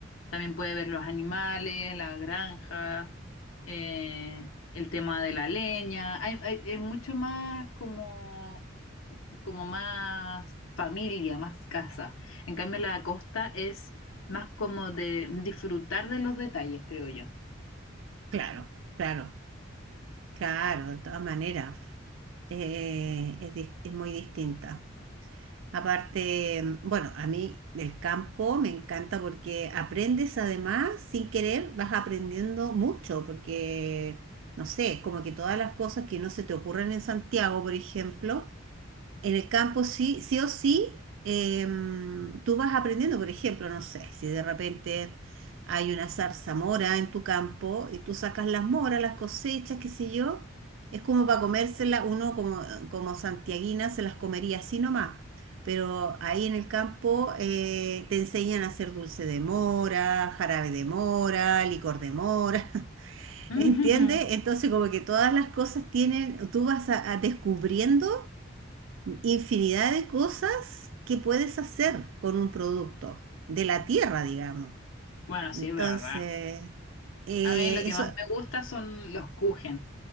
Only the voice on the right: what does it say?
Claro, claro, claro, de todas maneras, eh, es, dis- es muy distinta. Aparte, bueno, a mí del campo me encanta porque aprendes además, sin querer, vas aprendiendo mucho, porque, no sé, como que todas las cosas que no se te ocurren en Santiago, por ejemplo, En el campo sí, sí o sí, em, tú vas aprendiendo, por ejemplo, no sé, si de repente hay una zarzamora en tu campo y tú sacas las moras, las cosechas, qué sé yo, es como para comérselas, uno como, como santiaguina se las comería así nomás, pero ahí en el campo eh, te enseñan a hacer dulce de mora, jarabe de mora, licor de mora, <laughs>
¿entiendes? Entonces como que todas las cosas tienen, tú vas a a descubriendo infinidad de cosas que puedes hacer con un producto de la tierra, digamos.
Entonces,
eh,
eso,